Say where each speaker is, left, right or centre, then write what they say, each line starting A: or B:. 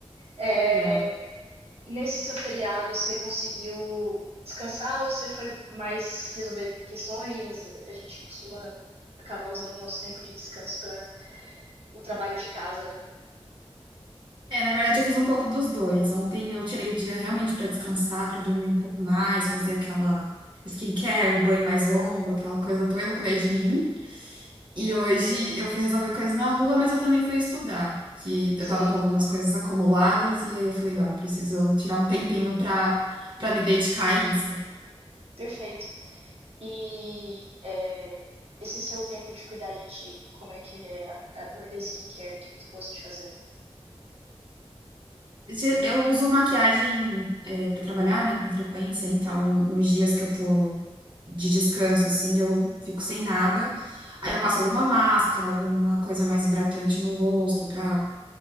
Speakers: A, on the right; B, on the right.
A: É.
B: Legal.
A: Nesse seu feriado, você conseguiu descansar ou você foi mais resolver questões? A gente costuma acabar usando o nosso tempo de descanso para o trabalho de casa, né?
B: É, na verdade eu fiz um pouco dos dois. Ontem eu tirei o dia realmente para descansar, para dormir um pouco mais, fazer aquela skincare, o banho mais longo, aquela coisa toda, eu cuidei de mim. E hoje eu fui resolver coisas na rua, mas eu também fui estudar, que
A: Sim,
B: eu tava com algumas coisas acumuladas e aí eu falei, não, eu preciso tirar um tempinho pra para me dedicar a isso.
A: perfeito. E é, esse seu tempo de cuidar de ti, como é que ele é? A- Além da skincare, o que que tu gosta de fazer?
B: Ge- Eu uso maquiagem é, para trabalhar, né, com frequência, então nos dias que eu tô de descanso assim, eu fico sem nada. Aí eu passo alguma máscara, alguma coisa mais hidratante no rosto pra